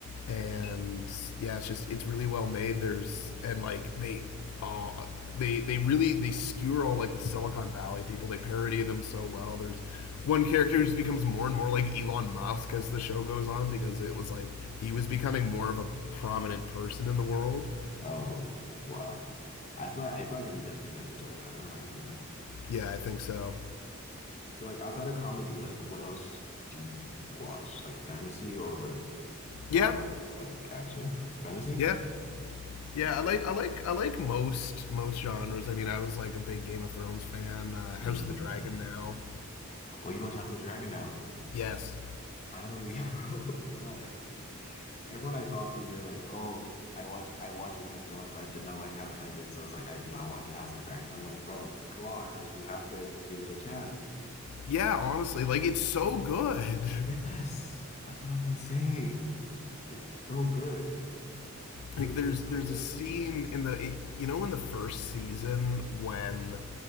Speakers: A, on the left; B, on the left.
A: and yeah, it's just it's really well made. There's and like they uh, they they really they skewer all like the Silicon Valley people. They parody them so well. There's one character who just becomes more and more like Elon Musk as the show goes on because it was like he was becoming more of a prominent person in the world.
B: Oh, wow. I feel like, I feel like I'm definitely gonna enjoy that 100%.
A: Yeah, I think so.
B: So like outside of comedy, like what else do you watch? Like fantasy or horror
A: Yeah,
B: or like action? Fantasy?
A: yeah, yeah. I
B: Sorry.
A: like I like I like most most genres. I mean, I was like a big Game of Thrones fan, uh, House
B: mm
A: of the Dragon
B: mm.
A: now.
B: Oh, you watch House of Dragon now.
A: Yes.
B: Finally. <laughs> Oh God. Everyone I talk to, they're like, oh, I watch I watch Game of Thrones, but I did not like how it ended. So it's like I'm not watching House of Dragon. I'm like, bro, come on. Like you have to give it a chance.
A: Yeah, honestly, like it's so good.
B: Yes.
A: <laughs>
B: That's what I've been saying. It's so good. It
A: Like
B: really
A: there's
B: is so
A: there's
B: good.
A: a scene in the you know in the first season when